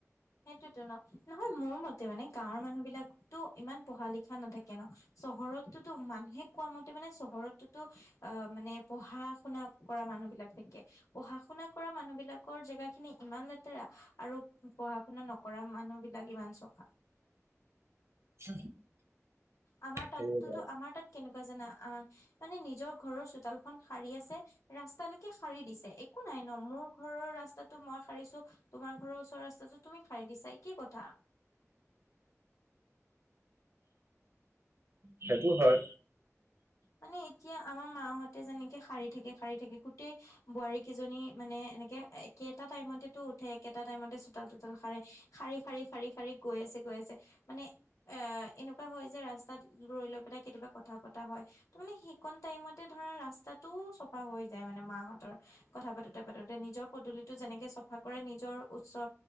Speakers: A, on the left; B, on the right.
A: সেইটোতো ন। নহয় মোৰ মতে মানে গাঁৱৰ মানুহ বিলাকতো ইমান পঢ়া লিখা নাথাকে ন চহৰততোতো মানুহে কোৱা মতে মানে চহৰতটোতো অ মানে পঢ়া-শুনা কৰা মানুহ বিলাক থাকে পঢ়া--শুনা কৰা মানুহ বিলাকৰ জেগা খিনি ইমান লেতেৰা আৰু শুনা নকৰা মানুহ বিলাক ইমান চফা।
B: <inaudible>
A: আমাৰ তাততোতো
B: সেইবিলাক
A: আমাৰ তাত কেনেকুৱা জানা অ মানে নিজৰ ঘৰৰ চোতালখন সাৰি আছে ৰাস্তালৈকে সাৰি দিছে একো নাই ন মোৰ ঘৰৰ ৰাস্তাত ত মই সাৰিছো তোমাৰ ঘৰৰ ওচৰ ৰাস্তাটো তুমি সাৰি দিছা একেই কথা।
B: সেইটো হয়।
A: মানে এতিয়া আমাৰ মাহঁতে যেনেকে সাৰি থাকে সাৰি থাকে গোটেই বোৱাৰী কেইজনী মানে এনেকে একেটা টাইমতেতো উঠে একেটা টাইমতে চোতাল তোতাল সাৰে। সাৰি সাৰি সাৰি সাৰি গৈ আছে গৈ আছে মানে এ এনেকুৱা হয় যায় যে ৰাস্তাত ৰৈ লৈ পেলাই কেতিয়াবা কথা পতা হয়। ত মানে সেইকন টাইমতে ধৰা ৰাস্তাটোও চফা হৈ যায় মানে মাহঁতৰ। কথা পাতোতে পাতোতে নিজৰ পদূলিতো যেনেকে চফা কৰে নিজৰ উচ্চৰ